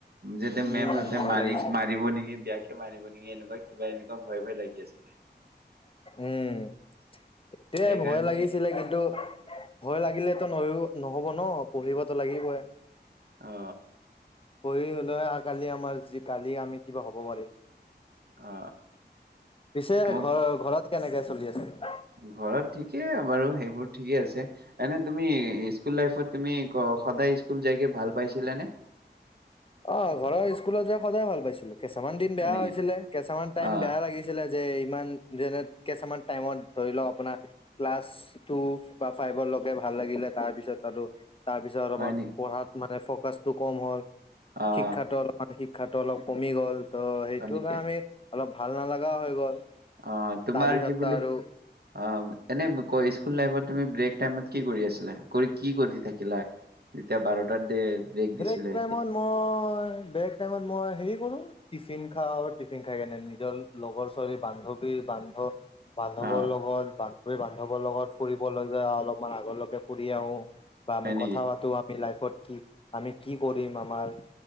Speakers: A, on the right; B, on the left.
A: যেতিয়া
B: উম
A: মেমহঁতে
B: ভয়
A: মাৰি
B: লাগিছে
A: মাৰিব নেকি বেয়াকে মাৰিব নেকি। এনেকুৱা কিবা এনেকুৱা একদম ভয়, ভয় লাগি আছিলে!
B: উম! এইটোয়ে
A: সেইকাৰণে
B: ভয় লাগিছিলে। কিন্তু, ভয় লাগিলে <unintelligible> নহ'ব ন' পঢ়িবতো লাগিবই।
A: অ!
B: পঢ়ি হ'লে কালি আমাৰ কালি আমি কিবা হ'ব পাৰিম।
A: অ
B: পিছে
A: মোক
B: ঘৰ ঘৰত কেনেকৈ চলি আছে
A: ঘৰত ঠিকেই বাৰু সেইবোৰ ঠিকেই আছে এনে তুমি স্কুল লাইফত তুমি সদায় স্কুল যাইকে ভাল পাইছিলা নে
B: অ ঘৰৰ স্কুলত যাই সদায় ভাল পাইছিলো কেইছামান দিন বেয়া
A: হয় নেকি
B: হৈছিলে কেইচামান টাইম
A: অ'
B: বেয়া লাগিছিলে যে ইমান যেনে কেইচামান টাইমত ধৰি লওক আপোনাৰ ক্লাছ টু বা ফাইভৰ লগকে ভাল লাগিলে তাৰপিছত আৰু তাৰ পিছত আৰু
A: হয়
B: আমাৰ
A: নেকি
B: পঢ়াত মে ফকাচটো কম হ'ল
A: অ'
B: শিক্ষাতো অলপমান শিক্ষ শ খাটো অলপ কমি গ'ল ত' সেইটো
A: হয় নেকি
B: কাৰণে আমি অলপ ভাল নালগাও হৈ গ'ল
A: অ তোমাৰ
B: তাৰপিছত
A: কি বুলি
B: আৰু
A: অ এনে ক স্কুল লাইফত তুমি ব্ৰেক টাইমত কি কৰি আছিলা কৰি কি কৰি থাকিলা যেতিয়া বাৰটাত দে দিছিলে
B: ব্ৰেক
A: সেতি
B: টাইমত মই ব্ৰেক টাইমত মই হেৰি কৰোঁ টিফিন খাওঁ আৰু টিফিন খাই কেনে নিজৰ লগৰ ছোৱালীৰ বান্ধৱীৰ বান্ধৱ বান্ধৱৰ
A: অ
B: লগত বান্ধ গ বান্ধৱৰ লগত ফুৰিবলৈ যা অলপমান আগৰলৈকে ফুৰি আহো বা
A: হয়
B: আমি
A: নেকি
B: কথা পাতো মিলাই ফত কি আমি কি কৰিম আমাৰ